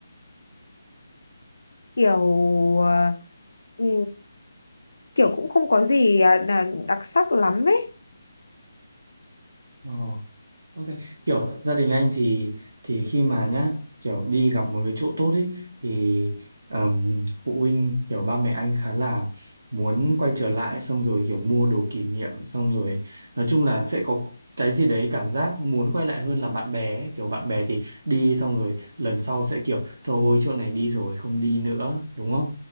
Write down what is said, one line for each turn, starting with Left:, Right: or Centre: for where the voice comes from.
Left: kiểu ờ, ừ, kiểu cũng không có gì à, là đặc sắc lắm ấy
Right: không Ờ. Ok, kiểu gia đình anh thì thì khi mà nhá kiểu đi gặp một cái chỗ tốt ấy thì ừm, phụ huynh kiểu ba mẹ anh khá là muốn quay trở lại xong rồi kiểu mua đồ kỷ niệm xong rồi nói chung là sẽ có cái gì đấy cảm giác muốn quay lại hơn là bạn bè ấy. Kiểu bạn bè thì đi xong rồi lần sau sẽ kiểu thôi chỗ này đi rồi không đi nữa đúng không?